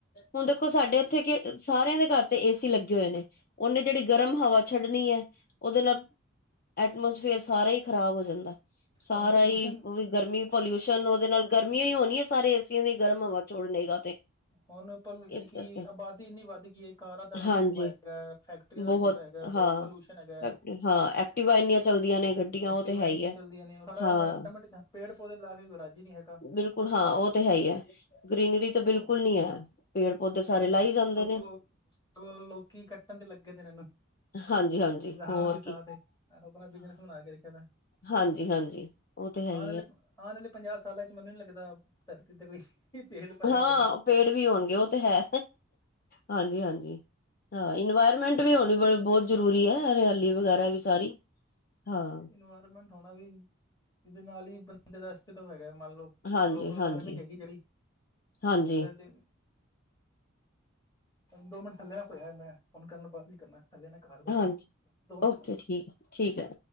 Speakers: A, on the left (about 45°); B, on the left (about 20°).
A: ਹੁਣ ਦੇਖੋ ਸਾਡੇ ਇੱਥੇ ਕਿ ਸਾਰਿਆਂ ਦੇ ਘਰ ਤੇ ਏਸੀ ਲੱਗੇ ਹੋਏ ਨੇ। ਉਹਨੇ ਜਿਹੜੀ ਗਰਮ ਹਵਾ ਛੱਡਣੀ ਹੈ ਉਹਦੇ ਨਾਲ ਐਟਮੋਸਫੇਅਰ ਸਾਰਾ ਹੀ ਖਰਾਬ ਹੋ ਜਾਂਦਾ। ਸਾਰਾ
B: ਹੁਣ ਪੋਲਿਊਸ਼ਨ
A: ਹੀ ਉਹ ਵੀ ਗਰਮੀ ਪੋਲਿਊਸ਼ਨ ਉਹਦੇ ਨਾਲ ਗਰਮੀਆਂ ਹੀ ਹੋਣੀ ਹੈ ਸਾਰੇ ਏਸੀਆਂ ਦੀ ਗਰਮ ਹਵਾ ਚੁੜਨੇਗਾ ਤੇ
B: ਹੁਣ ਯਾਨੀ
A: ਇਸ
B: ਕਿ
A: ਕਰਕੇ
B: ਆਬਾਦੀ ਇੰਨੀ ਵੱਧ ਗਈ ਹੈ ਕਾਰਾਂ ਦਾ ਵੀ
A: ਹਾਂਜੀ
B: ਧੂ ਹੈਗਾ, ਫੈਕਟਰੀਆਂ
A: ਬਹੁਤ
B: ਦਾ ਧੂੰਹ ਹੈਗਾ,
A: ਹਾਂ
B: ਹੋਰ ਪੋਲਿਊਸ਼ਨ ਹੈਗਾ
A: ਹਾਂ, ਐਕਟੀਵਾ ਇੰਨੀਆਂ ਚੱਲਦੀਆਂ ਨੇ ਗੱਡੀਆਂ
B: ਐਕਟਿਵਾ
A: ਉਹ ਤੇ ਹੈਹੀ
B: ਇੰਨੀਆਂ
A: ਹੈ।
B: ਚੱਲਦੀਆਂ ਨੇ ਸਾਰਾ
A: ਹਾਂ
B: ਇਨਵਾਇਰਮੈਂਟ ਜਾਂ ਪੇੜ-ਪੌਦੇ ਲਾ ਕੇ ਕੋਈ ਰਾਜੀ ਨਹੀਂ ਹੈਗੇ।
A: ਬਿਲਕੁਲ ਹਾਂ, ਉਹ ਤੇ ਹੈ ਹੀ ਹੈ ਗਰੀਨਰੀ ਤਾਂ ਬਿਲਕੁਲ
B: ਉਹ
A: ਨਹੀਂ ਹੈ। ਪੇੜ ਪੌਦੇ ਸਾਰੇ
B: ਹਾਂ,
A: ਲਾਈ ਜਾਂਦੇ
B: ਸੋਗੋ
A: ਨੇ
B: ਲੋਕੀ ਕੱਟਣ ਤੇ ਲੱਗੇ ਤੇ ਇਹ ਨੂੰ।
A: ਹਾਂਜੀ ਹਾਂਜੀ
B: ਰਹਾਨ
A: ਹੋਰ
B: ਦੀ
A: ਕੀ
B: ਥਾਂ ਤੇ ਆਹ ਆਪਣਾ ਬਿਜਨਸ ਬਣਾ ਕੇ ਰੱਖਿਆ ਦਾ।
A: ਹਾਂਜੀ-ਹਾਂਜੀ, ਓ ਤੇ ਹੈ ਈ।
B: ਨਾਲੇ, ਹਾਂ ਨਾਲੇ ਪੰਜਾਹ ਸਾਲਾਂ ਚ ਮੈਨੂੰ ਨੀ ਲੱਗਦਾ ਧਰਤੀ ਤੇ ਕੋਈ ਚੇਲ ਪਾਏਗਾ
A: ਹਾਂ,
B: ਗਰਮੀ
A: ਪੇੜ ਵੀ ਹੋਣਗੇ, ਓਤੇ ਹੈ। ਹਾਂਜੀ-ਹਾਂਜੀ, ਹਾਂ ਇਨਵਾਇਰਮੈਂਟ ਵੀ ਹੋਣੀ ਬ ਬਹੁਤ ਜ਼ਰੂਰੀ ਹੈ ਹਰਿਆਲੀ ਵਗੈਰਾ ਵੀ ਸਾਰੀ, ਹਾਂ।
B: ਇਨਵਾਇਰਮੈਂਟ ਹੋਣਾ ਵੀ, ਇਦੇ ਨਾਲ ਹੀ ਬੰਦੇ ਦਾ ਅਸਤਿਤਵ ਹੈਗਾ, ਮੰਨ ਲੋ
A: ਹਾਂਜੀ
B: ਗਲੋਬਲ
A: ਹਾਂਜੀ
B: ਵਾਰਮਿੰਗ ਹੈਗੀ ਏ ਜਿਹੜੀ
A: ਹਾਂਜੀ
B: ਅਗਰ ਤੇ ਦੋ ਮਿੰਟ ਥੱਲੇ ਆ ਕੋਈ ਹੈ ਮੈਂ ਤੁਹਾਨੂੰ ਕਰਨਾ ਬਾਦ ਚ ਕਰਨਾ, ਥੱਲੇ ਨਾ ਘਰ ਹੋ
A: ਹਾਂਜੀ,
B: ਜਾਏ ਮਿੰਟ
A: ਓਕੇ ਠੀਕ-ਠੀਕ ਹੈ।